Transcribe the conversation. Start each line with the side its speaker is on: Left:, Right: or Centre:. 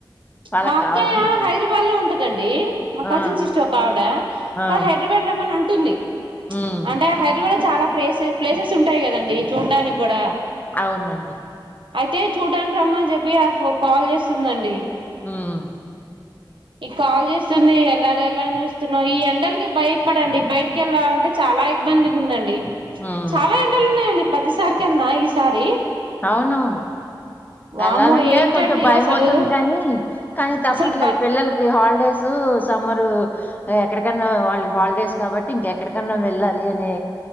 Left: వాళ్ళకి
Right: మా అక్కయ్య
Left: కావాల్సింది అది
Right: హైదరాబాద్ లో ఉంటా కదండ్ మా
Left: ఆ
Right: కజిన్ సిస్టర్ ఒక ఆవిడ
Left: ఆ
Right: తను హైదరాబాద్ రమ్మని అంటుంది తుంన్నాయ్
Left: ఉమ్
Right: అంటే హైదరాబాద్ చాలా ప్లేసె-ప్లేసెస్ ఉంటాయి కదండి చూడ్డానికి కూడా
Left: అవునండి
Right: అయితే చూడానికి రమ్మ అని చెప్పి కాల్ చేస్తుందండి
Left: ఉమ్
Right: ఈ కాల్ చేస్తుంది వెళ్ళాలి వెళ్ళాలని చూస్తున్నాం ఈ ఎండలకి భయపడండి బయటికి వెళ్ళాలంటే చాలా ఇబ్బందిగా ఉందండి
Left: ఉమ్
Right: చాలా ఎండలు ఉన్నాయండి పదిసార్కి అన్నా ఈ సారి
Left: అవునవును
Right: వామ్మో
Left: వెళ్ళాలంటే
Right: ఏంటండి
Left: కొంచెం భయం
Right: అసలు
Left: అవుతుంది కాని కానీ తప్పట్లేదు
Right: అసలు బ
Left: పిల్లలకి హాల్డే డేస్ సమ్మర్ ఎక్కడకన్నా వాళ్ళ హాలిడేస్ కాబట్టి ఇంకెక్కడికన్నా వెళ్ళాలి అనే